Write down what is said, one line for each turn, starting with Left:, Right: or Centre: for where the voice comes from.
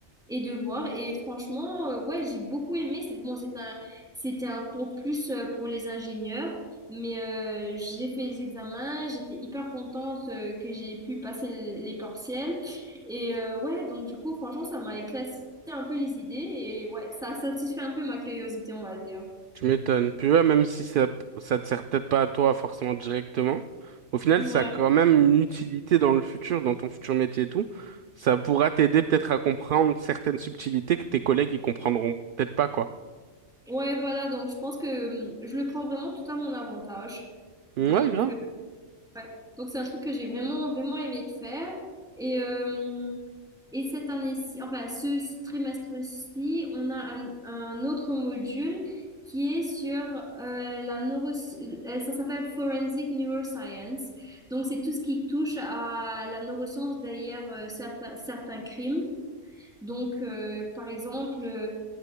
Centre: et de voir. Et franchement, euh, ouais, j'ai beaucoup aimé. C'est bon, c'est un, c'était un cours plus euh, pour les ingénieurs. Mais euh, j'ai fait les examens, j'étais hyper contente euh, que j'ai pu passer les partiels. Et euh, ouais, donc du coup, franchement, ça m'a éclairci un peu les idées et ouais, ça a satisfait un peu ma curiosité, on va dire.
Right: Tu m'étonnes. Puis ouais, même si ça, ça te sert peut-être pas à toi forcément directement, au final,
Centre: Ouais.
Right: ça a quand même une utilité dans le futur, dans ton futur métier et tout. Ça pourra t'aider peut-être à comprendre certaines subtilités que tes collègues ils comprendront peut-être pas, quoi.
Centre: Ouais, voilà, donc je pense que hum, je le prends vraiment tout à mon avantage.
Right: Ouais,
Centre: Donc,
Right: grave.
Centre: Ouais. Donc c'est un truc que j'ai vraiment vraiment aimé de faire et euh, et cette année-ci enfin ce ce trimestre-ci on a un, un autre module qui est sur euh, la neuro euh, ça s'appelle Forensic Neuroscience donc c'est tout ce qui touche à la neuroscience derrière euh, certains certains crimes donc euh, par exemple euh,